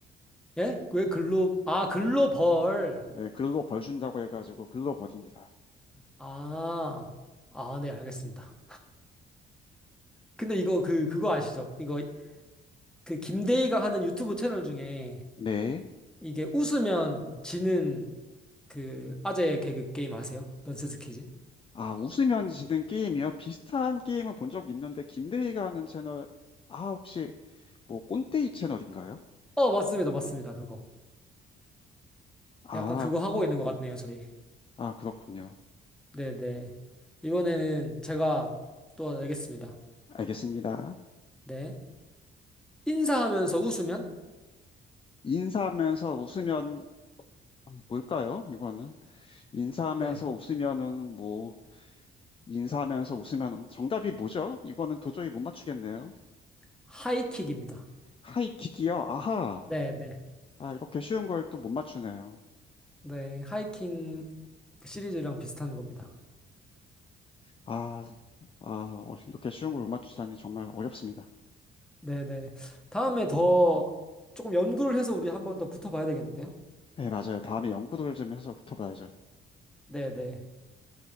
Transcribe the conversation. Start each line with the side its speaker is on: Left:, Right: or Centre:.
Centre: 예? 왜 글로, 아, 글로벌.
Left: 네, 글로 벌준다고 해가지고 글로 벌입니다.
Centre: 아, 아, 네, 알겠습니다. 근데 이거, 그, 그거 아시죠? 이거, 그, 김대희가 하는 유튜브 채널 중에
Left: 네.
Centre: 이게 웃으면 지는 그 아재 개그 게임 아세요? 넌센스 퀴즈?
Left: 아, 웃으면 지는 게임이요? 비슷한 게임은 본 적 있는데, 김대희가 하는 채널, 아, 혹시 뭐 꼰대이 채널인가요?
Centre: 어, 맞습니다. 맞습니다. 그거.
Left: 아,
Centre: 약간 그거 하고 있는 것 같네요, 저희.
Left: 아, 그렇군요.
Centre: 네네. 이번에는 제가 또 내겠습니다.
Left: 알겠습니다.
Centre: 네. 인사하면서 웃으면?
Left: 인사하면서 웃으면 뭘까요? 이거는 인사하면서
Centre: 네.
Left: 웃으면은 뭐 인사하면서 웃으면은 정답이 뭐죠? 이거는 도저히 못 맞추겠네요.
Centre: 하이킥입니다.
Left: 하이킥이요? 아하.
Centre: 네네.
Left: 아, 이렇게 쉬운 걸 또 못 맞추네요.
Centre: 네. 하이킹 시리즈랑 비슷한 겁니다.
Left: 아, 아, 어, 이렇게 쉬운 걸 못 맞추다니 정말 어렵습니다.
Centre: 네네. 다음에 더 조금 연구를 해서 우리 한번 더 붙어봐야 되겠는데요?
Left: 네, 맞아요. 다음에 연구를 좀 해서 붙어봐야죠.
Centre: 네네.